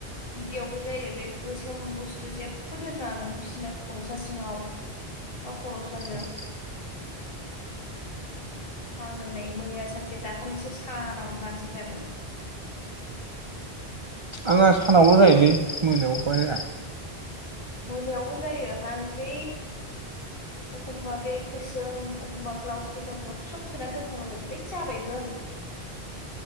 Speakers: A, on the left (about 60°); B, on the right (about 40°).
A: बिदियावबो जायो बे गोसोम बुस्थु जेबो दोनांआनो बिसिना खरसा सिङाव बा खरसाजों
B: उम
A: आं नै दोननाय मैया सानसे दाखालिसो सानावनो नारसिन जादों।
B: आंहा सानावल जायोलै मोनायावबा जाया।
A: मोनायावबो जायो हालै एखमबा बेग गोसोम एखमबा ब्लाउस गोसोम एखमबा थ्रोप सोनानै दोनफ्लांबोायबथाय जाबायबो आङो।